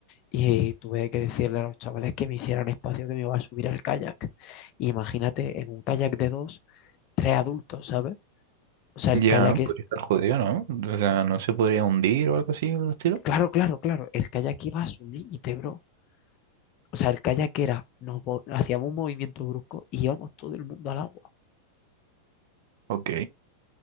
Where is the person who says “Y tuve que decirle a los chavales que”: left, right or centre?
Left